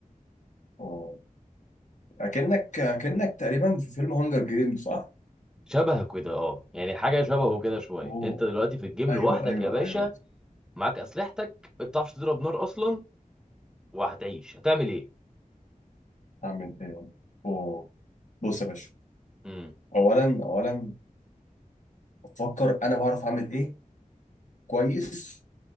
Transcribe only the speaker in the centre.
شبهك كده اه يعني حاجة شبهه كده شوية
انت دلوقتي في الجيم
لوحدك
يا باشا
معاك اسلحتك ما بتعرفش تضرب نار اصلا وهتعيش هتعمل ايه
امم